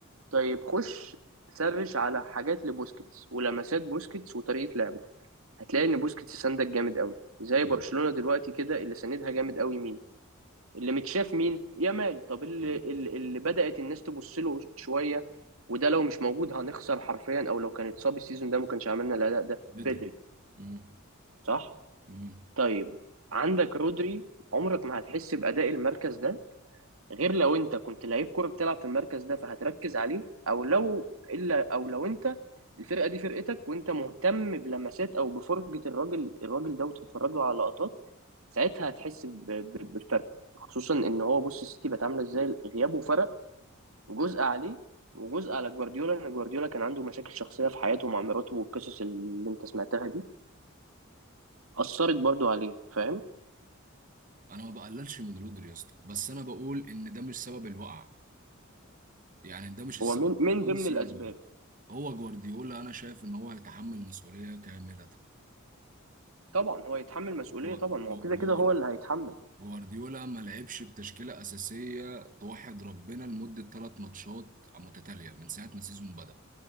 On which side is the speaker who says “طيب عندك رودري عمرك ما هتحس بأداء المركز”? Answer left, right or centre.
Right